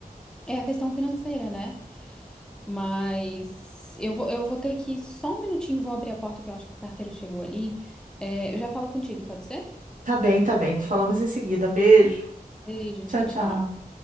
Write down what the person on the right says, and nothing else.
Tá bem, tá bem. Falamos em seguida. Beijo.
Tchau,
tchau.